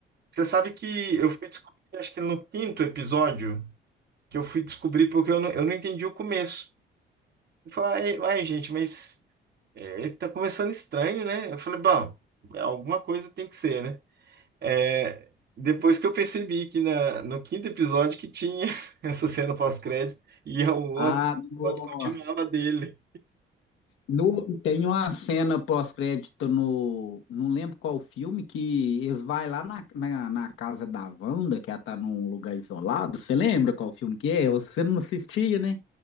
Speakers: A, on the right; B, on the left.
A: Você sabe que eu fui descobrir, acho que no quinto episódio, que eu fui descobrir porque eu não, eu não entendi o começo. Eu falei, ai, ai, gente, mas é, tá começando estranho, né? Eu falei, bom, alguma coisa tem que ser, né? É, depois que eu percebi que na, no quinto episódio que tinha <laughs> essa cena pós-crédito e o outro
B: Ah, nossa.
A: episódio continuava dele.
B: No, tem uma cena pós-crédito no. Não lembro qual filme, que eles vão lá na, na, na casa da Wanda, que ela tá num lugar isolado. Você lembra qual filme que é? Você não assistia, né?